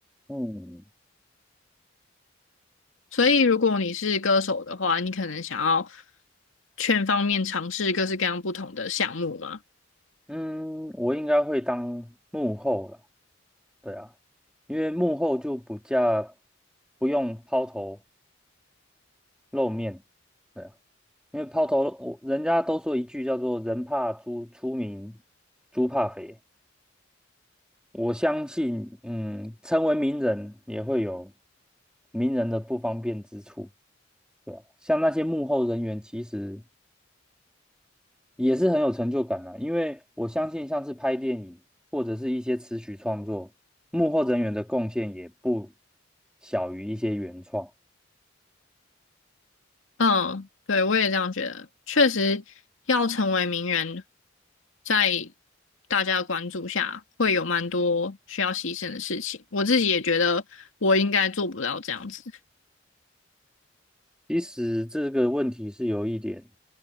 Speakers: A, in the centre; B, on the left.
A: 嗯，
B: 所以，如果你是歌手的话，你可能想要全方面尝试各式各样不同的项目嘛。
A: 嗯，我应该会当幕后了，对啊，因为幕后就不加不用抛头露面，对啊，因为抛头露我人家都说一句叫做“人怕猪出名，猪怕肥”，我相信，嗯，成为名人也会有名人的不方便之处，对啊，像那些幕后人员，其实也是很有成就感啦，因为我相信像是拍电影或者是一些词曲创作，幕后人员的贡献也不小于一些原创。
B: 嗯，对，我也这样觉得。确实，要成为名人，在大家的关注下，会有蛮多需要牺牲的事情。我自己也觉得，我应该做不到这样子。
A: 其实这个问题是有一点